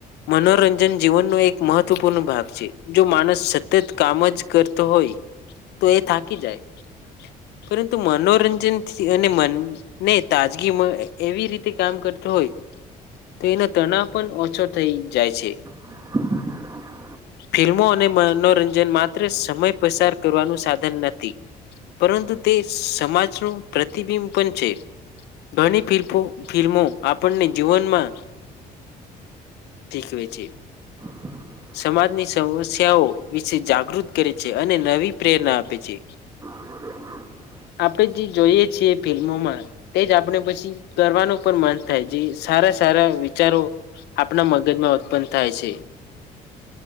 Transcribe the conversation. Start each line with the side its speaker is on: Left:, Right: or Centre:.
Left: મનોરંજન જીવનનો એક મહત્વપૂર્ણ ભાગ છે જો માણસ સતત કામ જ કરતો હોય તો એ થાકી જાય પરંતુ મનોરંજનથી અને મનને તાજગી એવી રીતે કામ કર હો તો એનો તણાવ પણ ઓછો થઈ જાય છે.
Right: <inaudible>
Left: ફિલ્મો અને મનોરંજન માત્ર સમય પસાર કરવાનું સાધન નથી. પરંતુ તે સમાજનું પ્રતિબિંબ પણ છે. ઘણી ફિલ્મો આપણને જીવનમાં શીકવે છે.
Right: <inaudible>
Left: સમાજની સમસ્યાઓ વિશે જાગૃત કરે છે અને નવી પ્રેરણા આપે છે.
Right: હ.
Left: આપણે જે જોઈએ છીએ ફિલ્મોમાં તે જ આપણે પછી કરવાનું પણ મન થાય જે સારા સારા વિચારો આપણા મગજમાં ઉત્પન્ન થાય છે.